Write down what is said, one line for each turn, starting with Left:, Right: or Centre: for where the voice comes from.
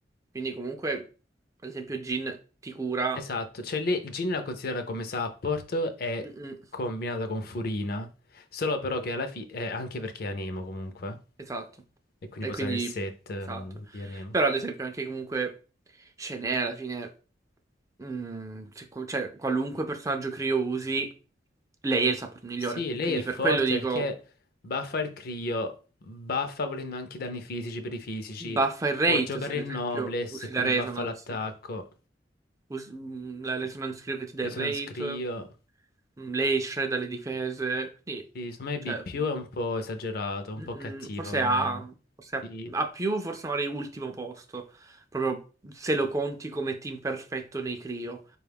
Right: Quindi comunque, ad esempio, Gin ti cura.
Left: Esatto, cioè lì Jin la considera come support e
Right: Mm,
Left: combinata con Furina, solo però che alla fine... anche perché è Anemo comunque,
Right: Esatto.
Left: e quindi
Right: E
Left: può
Right: quindi...
Left: usare il set
Right: Esatto.
Left: mm, di Anemo.
Right: Però, ad esempio, anche comunque... Shenè, alla fine... mm, se- cioè, qualunque personaggio Creo usi... lei è il support migliore.
Left: Sì, lei
Right: Quindi
Left: è forte
Right: per quello dico
Left: perché baffa il Crio, baffa volendo anche i danni fisici per i fisici,
Right: buffa il rate,
Left: può giocare
Right: se ad
Left: il
Right: esempio
Left: Noblesse,
Right: usi
Left: quindi
Right: la resonance.
Left: baffa l'attacco,
Right: Us- mm, la resonance credo che ti dà
Left: Resonance
Right: il rate,
Left: Crio.
Right: mm, lei shredda le difese, quindi
Left: Sì, secondo me
Right: cioè,
Left: B più è un po' esagerato, un
Right: mm,
Left: po' cattiva
Right: mm, forse
Left: come...
Right: ha, forse ha,
Left: Sì.
Right: ha più, forse magari ultimo posto, proprio se lo conti come team perfetto nei Crio.